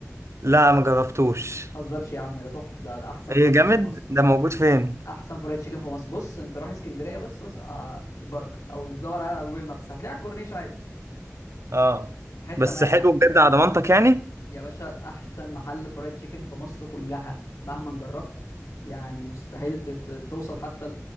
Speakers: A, on the right (about 60°); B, on the left (about 85°).
A: لا ما جربتوش
B: هزرش يا عم ده تحفة ده ده احسن
A: ايه
B: فرايد تشيكن
A: جامد
B: في مصر
A: ده موجود فين
B: احسن فرايد تشيكن في مصر بص انت روح اسكندرية بس واسأل على البركة او دور عليها على جوجل مابس هتلاقي على الكورنيش عادي
A: اه
B: في حتة
A: بس
B: ما
A: حلو
B: يعني
A: بجد على ضمانتك يعني
B: يا باشا احسن محل فرايد تشيكن في مصر كلها مهما جربت يعني مستحيل تت- توصل حتى